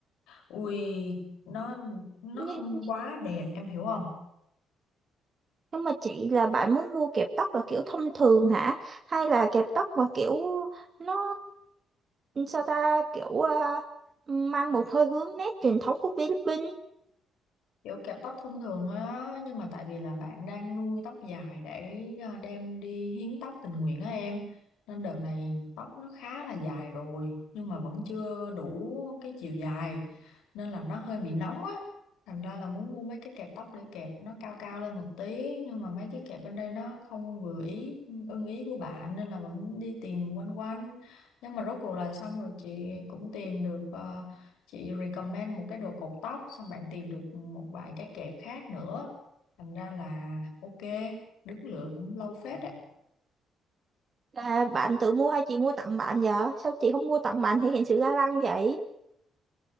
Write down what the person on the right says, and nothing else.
Nhưng,
nhưng,
nhưng mà chị là bạn muốn mua kẹp tóc là kiểu thông thường hả? Hay là kẹp tóc mà kiểu nó, sao ta, kiểu à, mang một hơi hướng nét truyền thống của Philippines?
Là bạn tự mua hay chị mua tặng bạn vậy? Sao chị không mua tặng bạn thể hiện sự ga lăng vậy?